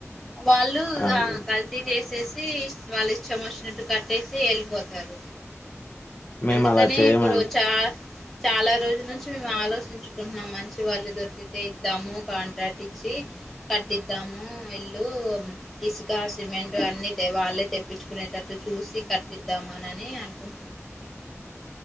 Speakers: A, in the centre; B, on the left.
A: వాళ్ళు ఇగ
B: అన్
A: కల్తీ చేసేసి తీస్ వాళ్ళు ఇష్టం వచ్చినట్టు కట్టేసి ఎళ్ళిపోతారు
B: మేము
A: అందుకని
B: అలా చేయమని
A: ఇప్పుడు చా చాలా రోజుల నుంచి మేము ఆలోచించుకుంటున్నాం మంచి వాళ్ళు దొరికితే ఇద్దాము కాంట్రాక్ట్ ఇచ్చి కట్టిద్దాం ఇల్లు ఇసుక సిమెంట్ అన్ని దే వాళ్ళే తెప్పించుకునేటట్టు చూసి కట్పిద్దాము అని అ కుంటున్నానండి